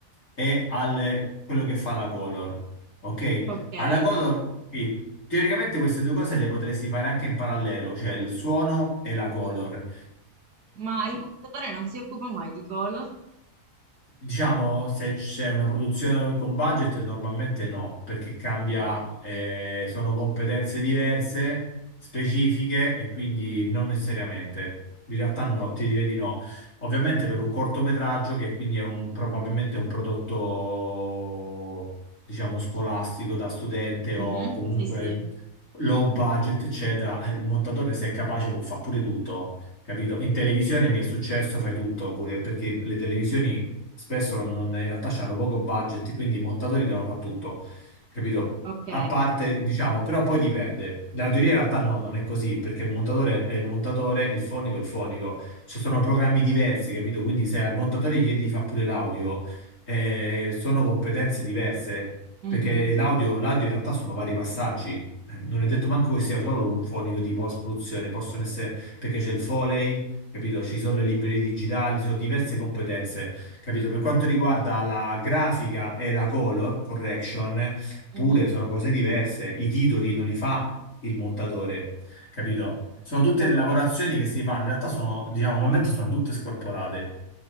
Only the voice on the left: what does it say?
e al quello che fa la color. Ok?
Alla color, sì, teoricamente queste due cose le potresti fare anche in parallelo, cioè il suono e la color.
Diciamo, se c'è una produzione con budget, normalmente no, perché cambia,
eh, sono competenze diverse, specifiche e quindi non necessariamente. In realtà no, ti direi di no. Ovviamente per un cortometraggio, che quindi è un, probabilmente un prodotto, diciamo, scolastico da studente o
comunque
low budget, eccetera, eh, il montatore se è capace può fare pure tutto. Capito? In televisione mi è successo, fai tutto pure perché le televisioni spesso non- in realtà hanno poco budget, quindi i montatori devono fare tutto, capito?
A parte, diciamo, però poi dipende. La teoria in realtà no, non è così, perché il montatore è il montatore e il fonico è il fonico. Ci sono programmi diversi, capito? Quindi se al montatore gli chiedi di fare pure l'audio, eh, sono competenze diverse,
perché l'audio l'audio in realtà sono vari passaggi. Eh, Non è detto manco che sia solo un fonico di post-produzione, possono essere perché c'è il Foley, capito? Ci sono le librerie digitali, ci sono diverse competenze. Capito? Per quanto riguarda la grafica e la color correction,
pure sono cose diverse. I titoli non li fa il montatore, capito? Sono tutte
lavorazioni che si fanno, in realtà sono, diciamo, normalmente sono tutte scorporate.